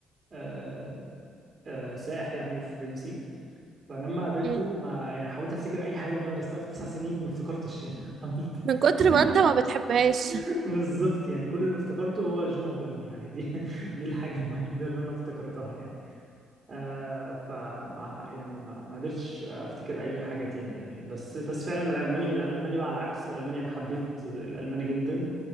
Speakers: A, on the right; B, on the right.
A: أه أه سائح يعني فرنسي فلما قابلته
B: مم.
A: ما يعني حاولت افتكر اي حاجه من اللي انا درستها في تسع سنين ما افتكرتش يعني <laughs> حاولت
B: من كتر
A: <laughs>
B: ما انت ما بتحبهاش
A: بالظبط يعني كل اللي افتكرته هو جوما بيل يعني دي <laughs> دي الحاجه الوحيده اللي انا افتكرتها يعني آه فما يعني ما ما قدرتش افتكر اي حاجه تاني يعني بس بس فعلا الالماني الالماني بقى على العكس الالماني انا حبيت الالماني جدا